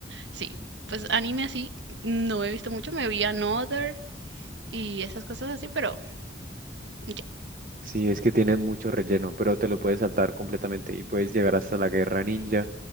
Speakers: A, on the right; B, on the right.
A: sí, pues anime así, no he visto mucho, me vi Another y esas cosas así, pero ya.
B: Sí, es que tiene mucho relleno, pero te lo puedes saltar completamente y puedes llegar hasta la guerra ninja